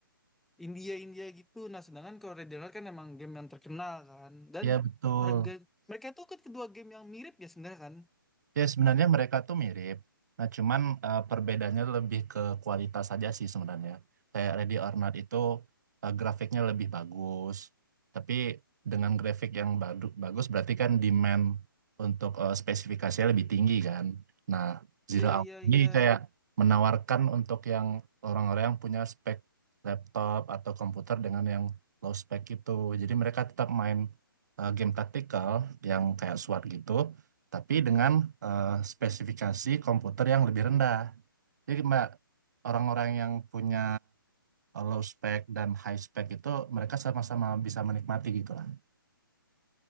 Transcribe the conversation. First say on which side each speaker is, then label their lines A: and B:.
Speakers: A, in the centre; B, on the right.
A: India India gitu. Nah, sedangkan kalau Ready or Not kan emang game yang terkenal kan. Dan
B: Iya, betul.
A: harga mereka itu kan kedua game yang mirip ya sebenarnya kan.
B: Ya sebenarnya mereka tuh mirip. Nah cuman eh, perbedaannya lebih ke kualitas saja sih sebenarnya. Kayak Ready or Not itu eh, grafiknya lebih bagus. Tapi dengan grafik yang badu- bagus berarti kan demand untuk eh, spesifikasinya lebih tinggi kan. Nah Zero
A: Iya
B: Hour
A: iya
B: ini
A: iya.
B: kayak menawarkan untuk yang orang-orang yang punya spek laptop atau komputer dengan yang low spek itu. Jadi mereka tetap main eh, game taktikal yang kayak SWAT gitu tapi dengan eh, spesifikasi komputer yang lebih rendah. Jadi Mbak, orang-orang yang punya low spec dan high spec itu mereka sama-sama bisa menikmati gitu lah.